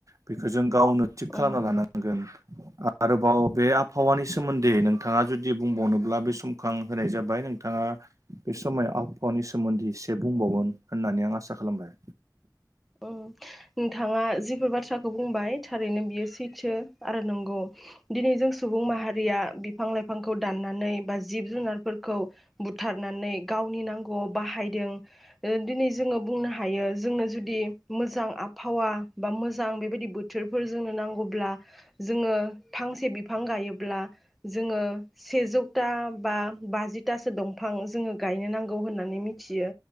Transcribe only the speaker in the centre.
उम
उम नोंथाङा जिफोर बाथ्राखौ बुंबाय थारैनो बियो सैथो आरो नंगौ दिनै जों सुबुं माहारिया बिफां लाइफांखौ दाननानै बा जिब जुनारफोरखौ बुथारनानै गावनि नांगौआव बाहायदों ओ दिनै जोङो बुंनो हायो जोंनो जुदि मोजां आबहावा बा मोजां बेबायदि बोथोरफोर जोंनो नांगौब्ला जोङो फांसे बिफां गायोब्ला जोङो सेजौथा बा बाजिथासो दंफां जोङो गायनो नांगौ होननानै मिथियो।